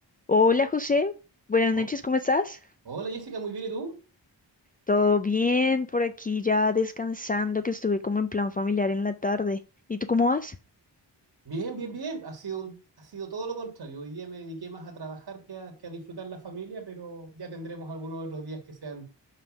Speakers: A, on the left (about 20°); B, on the right (about 60°).
A: Hola José, buenas
B: Oh,
A: noches, ¿cómo estás?
B: hola Jessica, muy bien, ¿y tú?
A: Todo bien por aquí, ya descansando, que estuve como en plan familiar en la tarde. ¿Y tú cómo vas?
B: Bien, bien, bien. Ha sido un- ha sido todo lo contrario. Hoy día me dediqué más a trabajar que a, que a disfrutar la familia, pero ya tendremos algunos otros días que sean